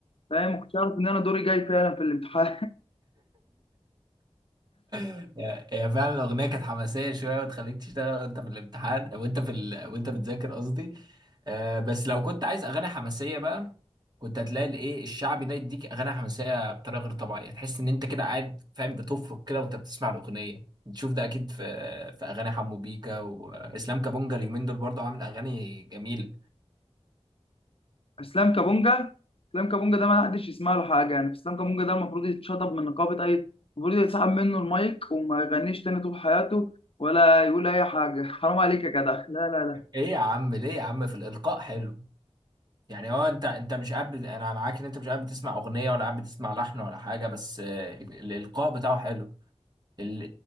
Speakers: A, on the left; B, on the right.
A: فاهم ما كنتش عارف ان انا دوري جاي فعلا في الامتحان
B: هي هي فعلا الأغنية كانت حماسية شوية وتخليك تشتغل وأنت في الامتحان وأنت في ال... وأنت بتذاكر قصدي آه بس لو كنت عايز أغاني حماسية بقى كنت هتلاقي الإيه الشعبي ده يديك أغاني حماسية بطريقة غير طبيعية تحس إن أنت كده قاعد فاهم بتفرك كده وأنت بتسمع الأغنية تشوف ده أكيد في في أغاني حمو بيكا وإسلام كابونجا اليومين دول برضه عامل أغاني جميلة
A: <laughs> اسلام كابونجا اسلام كابونجا ده ما حدش يسمع له حاجه يعني اسلام كابونجا ده المفروض يتشطب من نقابه اي المفروض يتسحب منه المايك وما يغنيش تاني طول حياته ولا يقول اي حاجه <laughs> حرام عليك يا جدع لا لا لا
B: إيه يا عم ليه يا عم في الإلقاء حلو يعني هو انت انت مش قاعد بت- انا معاك ان انت مش قاعد بتسمع اغنيه ولا قاعد بتسمع لحن ولا حاجه بس آه، ال- الالقاء بتاعه حلو ال...